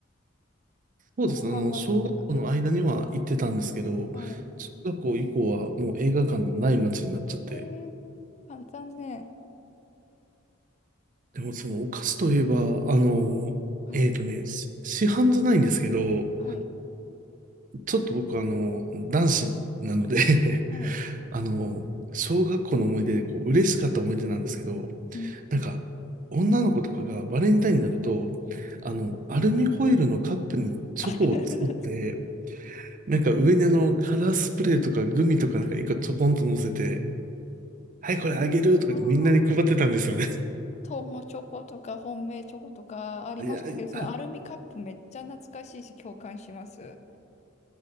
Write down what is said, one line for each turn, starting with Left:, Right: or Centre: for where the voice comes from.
Right: そうですね。
Left: 後半は見れなかっ
Right: あの、小学校の間には行ってたんですけど、
Left: た。はい。
Right: 中学校以降はもう映画館のない街になっちゃって。
Left: えー、あ残念。
Right: でもそのお菓子といえば、あの、
Left: はい、
Right: えっとね、し市販じゃないんですけど、
Left: はい、
Right: ちょっと僕あの、男子なので
Left: はい。
Right: <laughs> あの、小学校の思い出でこう、嬉しかった思い出なんですけど、
Left: うん。
Right: なんか、女の子とかがバレンタインになると、あの、アルミホイルのカップにチョコを作って、
Left: あ、<laughs> 懐かしい。
Right: なんか上にあの、カラースプレーとかグミとかなんか一個ちょこんと乗せて、はい、これあげるとかってみんなに配ってたんですよね。
Left: あー
Right: <laughs>
Left: トモチョコとか本命チョコとかありましたけど、
Right: いや、
Left: そのアルミカップめっちゃ懐かしいし共感します。
Right: あ